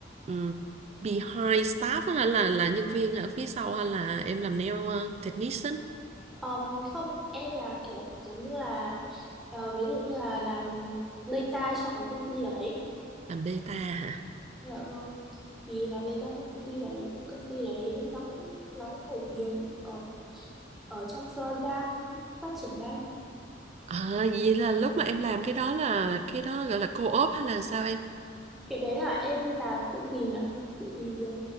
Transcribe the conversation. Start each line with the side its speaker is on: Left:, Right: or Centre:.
Right: ừm, behind staff á, hay là là nhân viên ở phía sau hay là em làm nail ờ, technician
Centre: um, không em là kiểu giống như là ờ, ví dụ như là làm data cho cái công ty đấy
Right: làm beta hả
Centre: hiểu không thì làm data cho công ty đấy công ty đấy nó cũng nó cũng nổi tiếng ở ở trong Florida cũng phát triển nhanh
Right: à, vậy là lúc mà em làm cái đó là cái đó gọi là co-op hay là sao em
Centre: cái đấy là em là tự tìm ạ tự tìm việc